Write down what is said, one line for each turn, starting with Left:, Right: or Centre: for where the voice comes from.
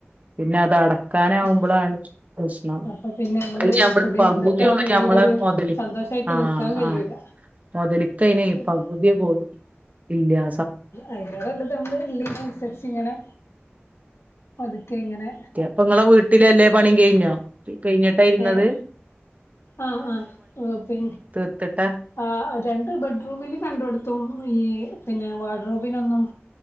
Right: പിന്നെ അത് അട ക്കാനാവ്മ്പളാണ്
Left: ഉം
Right: പ്രശ്നം
Left: അപ്പൊ പിന്നെ
Right: അയില് നമ്മള്
Left: കുടിര്ന്നിട്ട്
Right: പകുതിയൊള്ളൂ
Left: ആ പെരേലൊരു
Right: ഞമ്മളെ മൊതല്
Left: സന്തോഷായിട്ട്
Right: ആഹ്
Left: നിക്കാൻ കഴിയൂല
Right: ആഹ് മൊതല്ക്കയിനെ
Left: അതെ
Right: പകുതിയെ പോലും ഇല്ലാ
Left: അയിലാറേ നമ്മള് ഇള്ളീനന്സരിച്ച് ഇങ്ങനെ പതുക്കെ ഇങ്ങനെ
Right: ഇപ്പൊ ഇങ്ങളെ വീട്ടിലല്ലേ പണിം കഴിഞ്ഞോ കഴിഞ്ഞിട്ടാ ഇര്ന്നത്
Left: ഏഹ് ആഹ് ആഹ് പി
Right: തീർത്തിട്ടാ
Left: ആഹ് രണ്ട് ബെഡ്റൂമില് രണ്ടോട് ത്തും ഈ പിന്നെ വാർഡ്രോബിനൊന്നും